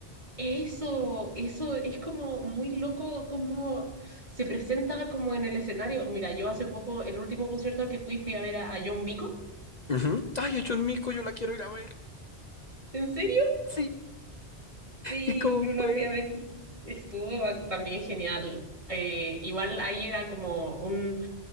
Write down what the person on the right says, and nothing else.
Eso, eso es como muy loco cómo se presenta como en el escenario. Mira, yo hace poco, el último concierto al que fui, fui a ver a, a John Mico.
¿En serio?
Sí,
yo la
fui a ver. Estuvo a- también genial. Eh, igual ahí era como un